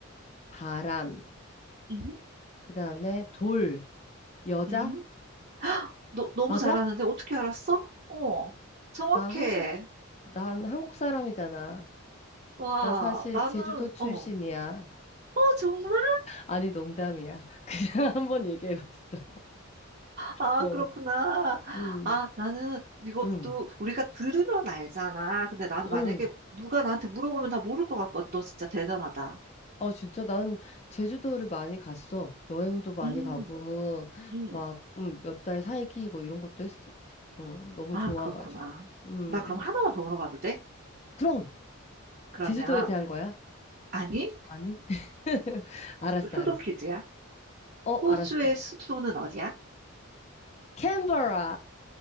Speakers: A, on the left; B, on the right.
A: 바람.
B: 음,
A: 그 다음에 돌. 여자?
B: 음. 너, 너무
A: 맞아?
B: 잘하는데 어떻게 알았어? 어, 정확해.
A: 나 한국, 난 한국 사람이잖아.
B: 와,
A: 나 사실
B: 나는
A: 제주도 출신이야.
B: 어, 어 정말?
A: 아니, 농담이야. <laughs> 그냥 한번 얘기해봤어.
B: 아,
A: 어,
B: 그렇구나.
A: 응,
B: 아, 나는 이것도
A: 응,
B: 우리가 들으면 알잖아. 근데 나는 만약에
A: 응.
B: 누가 나한테 물어보면 다 모를 것 같거든. 너 진짜 대단하다.
A: 어, 진짜 난 제주도를 많이 갔어. 여행도 많이
B: 음,
A: 가고,
B: 음.
A: 막, 음, 몇 달 살기 뭐 이런 것도 했어. 음, 너무
B: 아,
A: 좋아가지고.
B: 그렇구나.
A: 음,
B: 나 그럼 하나만 더 물어봐도 돼?
A: 그럼,
B: 그러면,
A: 제주도에 대한 거야?
B: 아니,
A: 아니? <laughs> 알았어,
B: 수도
A: 알았어.
B: 퀴즈야.
A: 어,
B: 호주의
A: 알았어.
B: 수도는 어디야?
A: 캔버라.